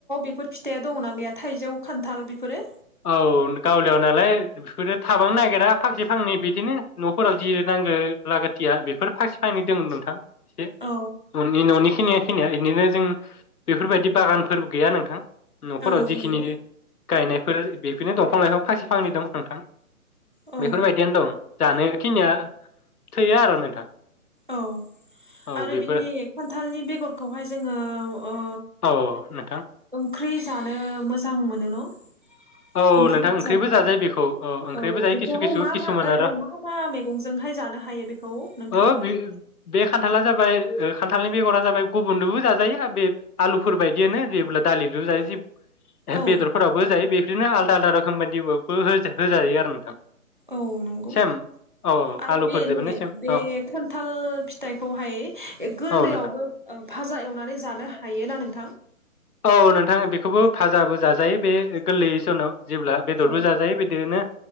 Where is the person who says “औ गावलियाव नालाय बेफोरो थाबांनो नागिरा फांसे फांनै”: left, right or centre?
Left